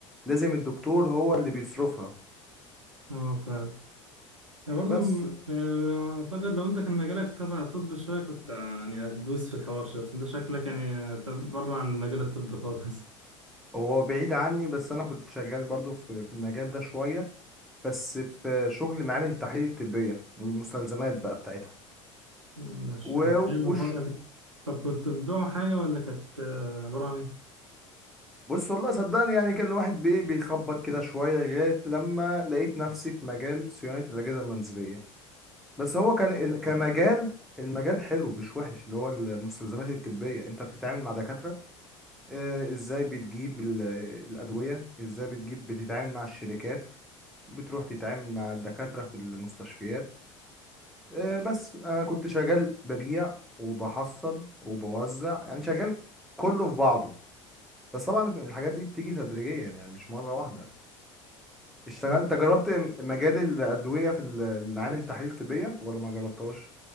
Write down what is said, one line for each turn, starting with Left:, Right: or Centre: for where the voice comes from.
Centre: لازم الدكتور هو اللي بيصرفها
Right: اه فعلا يعني برضه
Centre: بس
Right: م- آه، أعتقد لو أنت كان مجالك تبع طب شوية كنت آه، يعني هتدوس في الحوار شوية بس أنت شكلك يعني آه، ت- بره عن مجال الطب خالص
Centre: هو بعيد عني بس انا كنت شغال برضو في في المجال ده شوية بس في شغل معامل التحاليل الطبية المستلزمات بقى بتاعتها
Right: <laughs> مش
Centre: و-
Right: حلو
Centre: وش
Right: خالص يعني طب كنت بتدعوا حاجة ولا كانت آه، عبارة عن
Centre: بص والله صدقني يعني كان الواحد بإيه بيخبط كده شوية لغاية لما لقيت نفسي في مجال صيانة الأجهزة المنزلية بس هو كان ال- كمجال المجال حلو مش وحش اللي هو المستلزمات الطبية انت بتتعامل مع دكاترة آه، ازاي بتجيب ال- الأدوية ازاي بتجيب بتتعامل مع الشركات بتروح تتعامل مع الدكاترة في المستشفيات آه، بس أنا كنت شغال ببيع وبحصل وبوزع يعني شغال كله في بعضه بس طبعا الحاجات دي بتيجي تدريجيا يعني مش مرة واحدة اشتغلت
Right: إيه؟
Centre: انت جربت م- مجال الأدوية في ال- معامل تحاليل طبية ولا ما جربتهاش؟